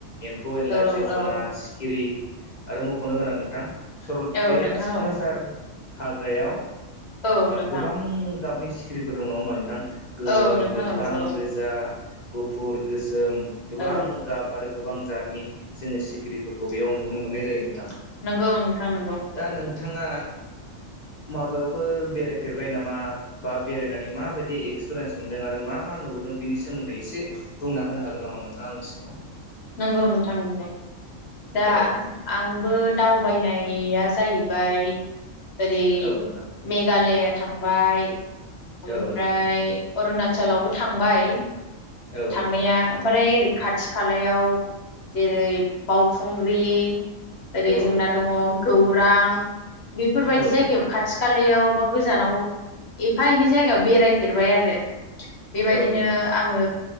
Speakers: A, on the left (about 35°); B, on the left (about 55°).
A: एम्फौ एनला
B: औ
A: जिब जुनार
B: औ
A: सिखिरि आरो मुंख'नो गोनां नोंथां सरलपारा
B: औ नोंथां
A: बे सिकनाझार
B: औ
A: हाग्रायाव
B: औ नोंथां
A: गोबां गाबनि सिखिरिफोर दं नङा होमबा नोंथां गोमो
B: औ नोंथां
A: गोथां
B: औ औ
A: गोजा गुफुर गोसोम गोबां
B: औ
A: गाब आरो गोबां जातनि जोङो सिखिरिफोरखौ बेयाव नुनो मोननाय जायो नोंथां
B: नंगौ नोंथां नंगौ
A: दा नोंथाङा माबायावफोर बेरायफेरबाय नामा बा बेरायनानै माबायदि एक्सपिरियेन्स मोनदों आरो मा मा नुबोदों बिनि सोमोन्दै एसे बुंना होनो हागोन नामा नोंथाङां आंनि सिङाव।
B: नंगौ नोंथां नोंगौ
A: औ
B: दा
A: औ
B: आंबो दावबायनाया जाहैबाय ओरै
A: नोंथां
B: मेघालय थांबाय ओमफ्राय
A: औ नोंथां
B: अरुणाचलावबो थांबाय
A: औ
B: थांनाया
A: नोंथां
B: ओमफ्राय ओरै खाथि खाला जेरै बावखुंग्रि ओरै
A: औ
B: जोंना
A: नोंथां
B: दङ गौ रां बेफोरबायदि
A: औ
B: जायगायाव
A: नोंथां
B: खाथि खालायाव मा गोजानाव एफा एनै जायगायाव बेरायफेरबाय आरो बेबायदिनो
A: औ नोंथां
B: आङो